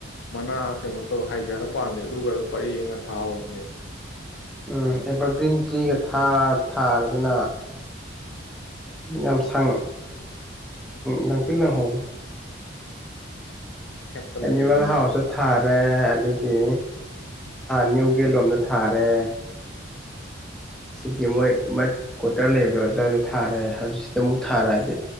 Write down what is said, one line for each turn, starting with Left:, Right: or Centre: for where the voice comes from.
Left: ꯃꯅꯥ ꯀꯩꯅꯣ ꯇꯧ ꯍꯥꯏꯊꯔ ꯄꯥꯝꯃꯦ ꯑꯗꯨꯒ ꯄꯔꯦꯡꯉ ꯊꯥꯍꯧꯔꯝꯃꯦꯕ
Centre: ꯎꯝ ꯑꯦꯚꯔꯒ꯭ꯔꯤꯟ ꯇ꯭ꯔꯤꯒ ꯊꯥꯔꯗꯅ ꯌꯥꯝ ꯁ ꯂꯪꯇꯦꯡ ꯂꯪꯍꯧꯕꯦ
Left: ꯁꯦꯝꯀꯠꯂꯒ
Centre: ꯑꯦꯅꯤꯕꯜ
Left: ꯍꯦ ꯍꯦ
Centre: ꯍꯥꯎꯆ ꯊꯥꯔꯦ ꯑꯗꯒꯤ ꯅ꯭ꯌꯨ ꯒꯦ ꯂꯣꯝꯗ ꯊꯥꯔꯦ ꯁꯤꯒꯤ ꯃꯣꯏ ꯃꯥꯏ ꯀ꯭ꯋꯥꯇꯔ ꯂꯩꯕꯗꯣ ꯑꯗꯨꯋꯥꯏꯗ ꯊꯥꯔꯦ ꯍꯧꯖꯤꯛꯁꯤꯗ ꯑꯃꯨꯛ ꯊꯥꯔꯛꯑꯗꯤ